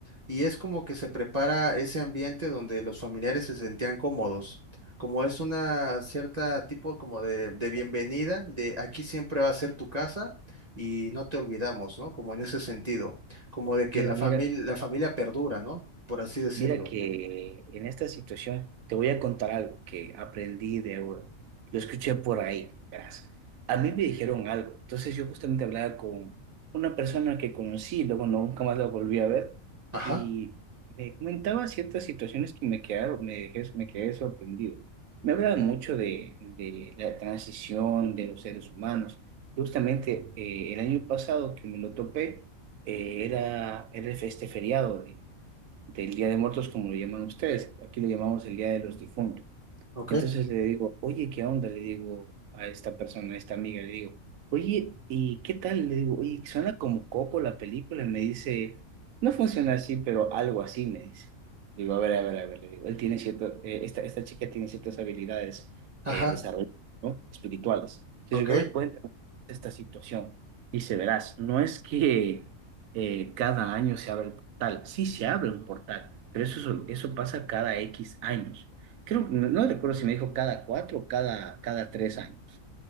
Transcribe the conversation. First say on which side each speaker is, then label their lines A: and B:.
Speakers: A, on the right; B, on the right.
A: Y es como que se prepara ese ambiente donde los familiares se sentían cómodos. Como es una cierta tipo como de, de
B: entiendo.
A: bienvenida, de aquí siempre va a ser tu casa y no te olvidamos, ¿no? Como en ese sentido, como de que
B: Mira,
A: la
B: mira
A: familia, la familia perdura, ¿no? Por así decirlo.
B: Mira que en esta situación te voy a contar algo que aprendí de oro. Lo escuché por ahí, verás. A mí me dijeron algo. Entonces yo justamente hablaba con una persona que conocí, luego no, nunca más la volví a ver
A: Ajá,
B: y me comentaba ciertas situaciones que me quedaron, me dejé, me quedé sorprendido. Me hablaba mucho de, de la transición de los seres humanos. Justamente eh, el año pasado que me lo topé, eh, era, era este feriado de del Día de Muertos, como lo llaman ustedes. Aquí lo llamamos el Día de los Difuntos.
A: ok,
B: Entonces le digo, oye, ¿qué onda? Le digo a esta persona, a esta amiga, le digo, oye, ¿y qué tal? Le digo, oye, suena como copo la película. Y me dice, no funciona así, pero algo así, me dice. Digo, a ver, a ver, a ver, le digo, él tiene cierto, eh, esta, esta chica tiene ciertas habilidades
A: ajá,
B: eh, desarrolladas, ¿no? Espirituales. Entonces
A: ok,
B: digo, a ver, cuéntame esta situación. Dice, verás, no es que eh, cada año se abre el portal. Sí se abre un portal, pero eso, eso pasa cada X años creo, no, no recuerdo si me dijo cada cuatro o cada, cada tres años.